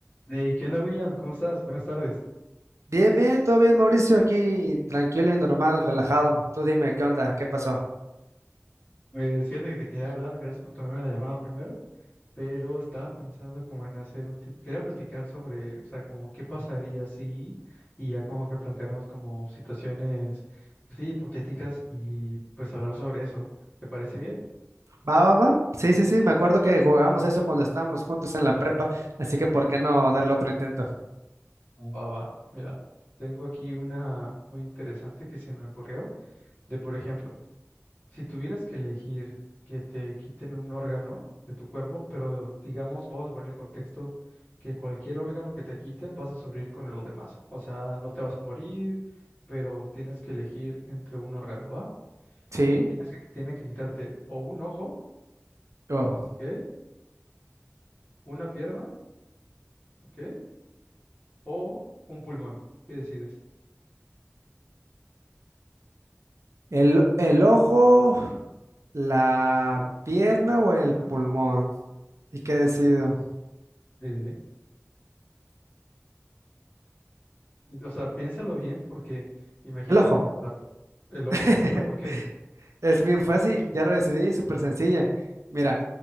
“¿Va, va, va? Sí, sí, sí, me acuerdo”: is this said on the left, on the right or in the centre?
Right